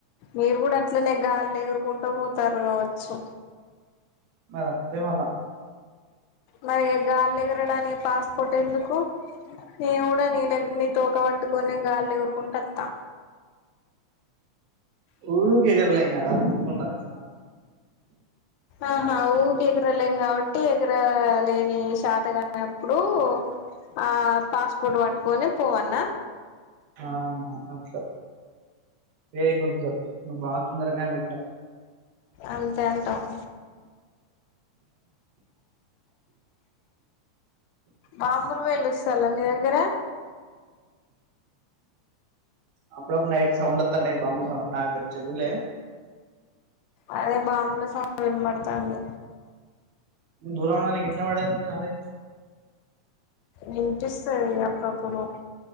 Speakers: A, on the left (about 85°); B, on the right (about 75°).
A: మీరు కూడా అట్లనే గాల్లేగురు కుంట పోతారు కావచ్చు
B: మరి అంతే మళ్ళా
A: మరి గాల్లో ఎగరడానికి పాస్పోర్ట్ ఎందుకు నేను కూడా నీతోక పట్టుకొని గాలి ఎగురుకుంటను త
B: ఊకె ఎగరంలే గదా ఓపిక ఉండాలి కదా
A: ఆహా ఊకె ఎగరలేం కాబట్టి ఎగరలేని శాతకానప్పుడు ఆ పాస్పోర్ట్ పట్టుకొని పోవాల్న్న
B: ఆ అట్ల వెరీ గుడ్ గల్ నువ్వు బాగా తొందరగా కనిపెట్టినావ్
A: అంతే అంటావ్ బాంబులు పేలుస్తాల మీదగ్గర
B: అప్పుడప్పుడు నైట్ సౌండ్ వస్తుంటే బాంబు సౌండ్ నువ్వు చూడలే
A: అదే బాంబ్ల సౌండ్ వినబడుతాంది
B: దూరం ఉన్నది నీకు ఎట్లా వినపడ్డది మరి
A: వినిపిస్తాది అప్పుప్పుడు